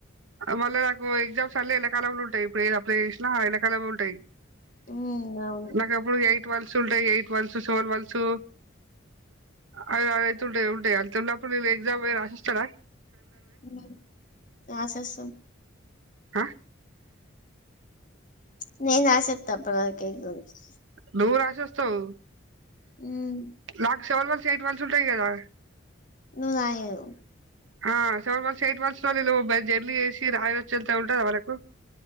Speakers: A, on the right; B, on the left.
A: మళ నాకు ఎక్జామ్స్ అలా ఎండాకాలం లో ఉంటాయి ఇప్పుడు ఏది అప్లై చేసిన ఎండాకాలంలో ఉంటాయి
B: ఉమ్ అవును
A: నాకు అప్పుడు ఎయిట్ మంత్స్ ఉంటాయి ఎయిట్ మంత్స్ సెవన్ మంత్స్ చొ అదే అదే తుంటయా ఉంటాయా తెల్ల పులో ఇ ఎజామ్ రాసిస్తారా
B: ఉ రాసేసం
A: ఆ
B: ఉనేన్ రాసేత్తా అప్పటివరకు ఎగ్జామ్స్
A: నువ్వు రాసి వేస్తావ్
B: ఉమ్
A: నాకు సెవెన్ మంత్స్ ఎయిట్ మంత్స్ ఉంటాయి కదా
B: నువ్వు రాయవ్
A: ఆ సెవెన్ మంత్స్ ఎయిట్ మంత్స్ లో బై బై జర్నీ చేసి రాయి వచ్చి వెళ్త ఉంటది వరకు